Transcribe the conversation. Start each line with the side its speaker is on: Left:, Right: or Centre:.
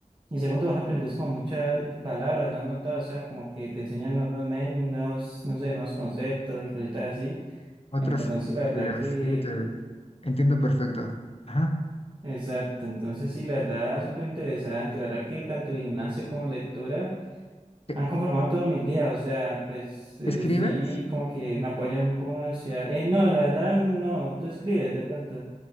Right: Y segundo, vos aprendes como muchas palabras, ¿no has notado? O sea, como que te enseñan nuevos, me- nuevos, no sé, nuevos conceptos y cositas así.
Left: Otras
Right: Entonces, la verdad
Left: ideas,
Right: que,
Left: sí, te entiendo perfecto. Ajá.
Right: exacto, entonces sí, la verdad es súper interesante, la verdad que tanto gimnasio como lectura
Left: ¿E-
Right: han conformado todos mis días, o sea, pues eh,
Left: ¿Escribes?
Right: sí, como que me apoyan un poco la universidad. Eh, no, la verdad no, tú escribes de pronto,